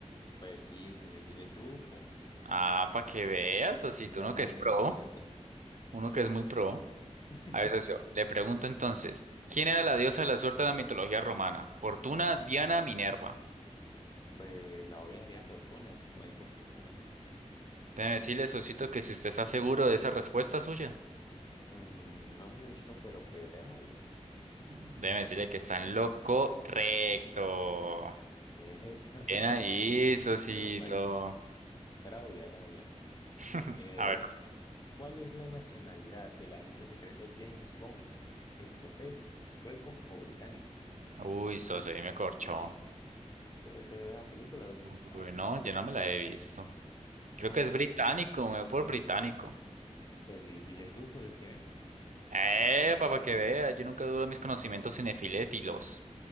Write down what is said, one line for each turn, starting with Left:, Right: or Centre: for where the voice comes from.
Left: Pues sí, socio, sí sí le supo.
Right: Ah, para que veas, tú
Left: Anda
Right: uno
Left: muy
Right: que es
Left: inteligente.
Right: pro, uno que es muy pro.
Left: <laughs>
Right: A ver, socio, le pregunto entonces, ¿quién era la diosa de la suerte de la mitología romana? Fortuna, Diana, Minerva.
Left: Pues la obvia sería fortuna, es como ir por fortuna. ¿no?
Right: Déjeme decirle, socito, que si usted está seguro de esa respuesta suya,
Left: Mm, no mucho, pero pues démosle.
Right: déjeme decirle que está en lo correcto.
Left: Epa, <laughs>
Right: Bien ahí,
Left: huepucha.
Right: socito.
Left: Menos mal. Era obvia, era obvia.
Right: <laughs>
Left: Mire,
Right: A
Left: Dios.
Right: ver.
Left: ¿Cuál es la nacionalidad del agente secreto James Bond? ¿Escocés, sueco o británico?
Right: Uy, socio, ahí me corchó.
Left: Eh, Usted ve la película, socio.
Right: Uy,
Left: Está fácil.
Right: no, yo no me la he visto. Creo
Left: Ah,
Right: que
Left: no.
Right: es británico, me voy por británico.
Left: Pues sí, sí le supo, sí sí ve.
Right: Eh, para que vea, yo nunca dudo de mis conocimientos cinefilépilos.